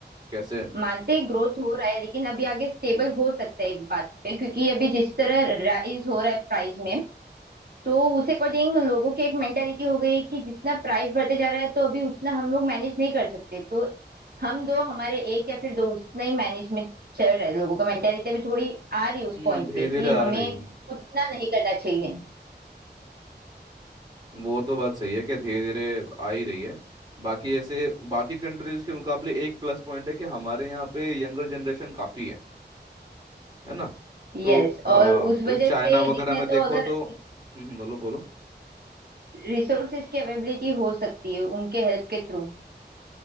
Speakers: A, on the right (about 25°); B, on the right (about 60°).
A: कैसे
B: मानते हैं ग्रोथ हो रहा है लेकिन अभी आगे स्टेबल हो सकता है एक बात पे क्योंकि अभी जिस तरह राइज हो रहा है प्राइस में तो उस अकॉर्डिंग लोगों की एक मेंटेलिटी हो गई कि जितना प्राइस बढ़ते जा रहा है तो अभी उतना हम लोग मैनेज नहीं कर सकते तो हम दो हमारे एक या फिर दो उतना ही मैनेजमेंट चल रहा है लोगों का मेंटेलिटी अभी थोड़ी आ रही है उस
A: हम्म
B: पॉइंट
A: धीरे
B: पे
A: धीरे
B: कि
A: आ
B: हमें
A: रही है
B: उतना नहीं करना चाहिए
A: वो तो बात सही है कि धीरे धीरे आ ही रही है बाकी ऐसे बाकी कंट्रीज के मुकाबले एक प्लस पॉइंट है कि हमारे यहाँ पे यंगर जनरेशन काफी है है ना
B: यस
A: तो हाँ
B: और उस
A: जैसे
B: वजह
A: चाइना
B: से देखें
A: वगैरह में
B: तो
A: देखो
B: अगर
A: तो हम्म बोलो बोलो
B: रिसोर्सेज की अवेलेबिलिटी हो सकती है उनके हेल्प के थ्रू